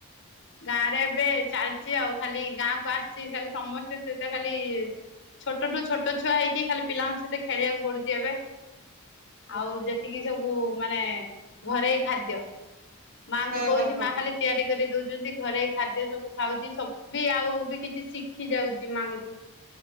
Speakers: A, on the left (about 55°); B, on the right (about 40°).
A: ଗାଁ ରେ ଏବେ ଚାଲିଛି ଆଉ ଖାଲି ଗାଁ କୁ ଆସିଛି ଖାଲି ସମସ୍ତଙ୍କ ସହିତ ଖାଲି ଛୋଟଠୁ ଛୋଟ ଛୁଆ ହେଇକି ଖାଲି ପିଲାଙ୍କ ସହିତ ଖେଳିବାକୁ ପଡୁଛି ଏବେ।
B: ହୁଁ
A: ଆଉ ଯେତିକି ସବୁ ମାନେ ଘରେଇ ଖାଦ୍ୟ ମାଙ୍କୁ
B: ହୁଁ
A: କହୁଛି
B: ହୁଁ ହୁଁ
A: ମା ଖାଲି ତିଆରି କରିଦଉ ଯେମିତି ଘରୋଇ ଖାଦ୍ୟ ସବୁ ଖାଉଛି ସବଜି ଆଉ ବି କିଛି ଶିଖିଯାଉଛି ମାଙ୍କଠୁ।